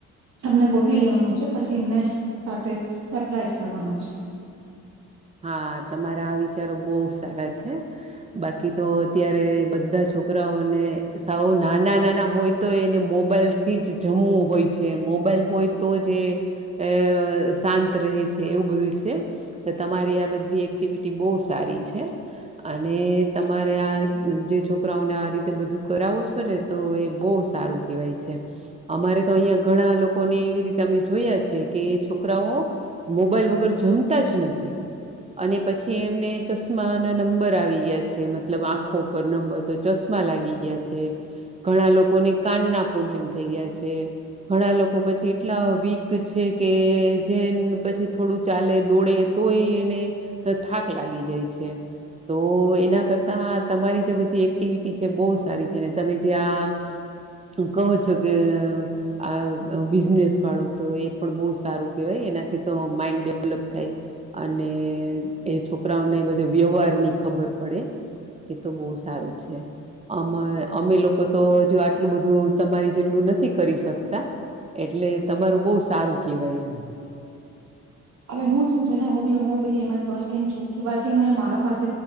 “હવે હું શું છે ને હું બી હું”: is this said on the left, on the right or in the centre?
Right